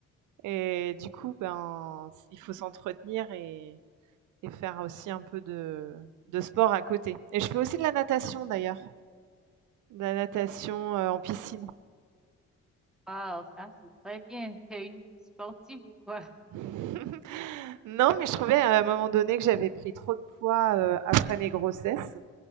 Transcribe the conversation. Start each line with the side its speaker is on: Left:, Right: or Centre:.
Right: et du coup, ben, il faut s'entretenir et, et faire aussi un peu de, de sport à côté. Et je fais aussi de la natation d'ailleurs, de la natation euh, en piscine.
Centre: Waouh, ça, c'est très bien. T'es une sportive ou quoi?
Right: <laughs> Non, mais je trouvais à un moment donné que j'avais pris trop de poids euh, après mes grossesses.